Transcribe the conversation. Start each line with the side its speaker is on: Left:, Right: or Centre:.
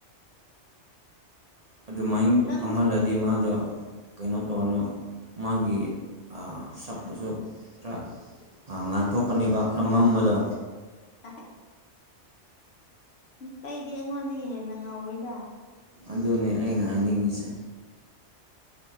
Right: ꯑꯗꯨꯃꯥꯏ
Left: ꯅꯪꯁꯨ
Right: ꯐꯃꯜꯂꯗꯤ ꯃꯥꯗꯣ ꯀꯩꯅꯣ ꯇꯧꯔꯅꯤ ꯃꯥꯒꯤ ꯑ ꯁꯛꯇꯨꯁꯨ ꯈꯔ ꯑ ꯉꯥꯟꯊꯣꯛꯀꯅꯤꯕ ꯈꯔ ꯃꯝꯕꯗꯣ
Left: <unintelligible> ꯑꯇꯩꯗꯤ ꯑꯩꯉꯣꯟꯗꯒꯤ ꯍꯦꯟꯅ ꯉꯧꯋꯤꯗ
Right: ꯑꯗꯨꯅꯦ ꯑꯩꯅ ꯍꯥꯏꯅꯤꯡꯉꯤꯁꯦ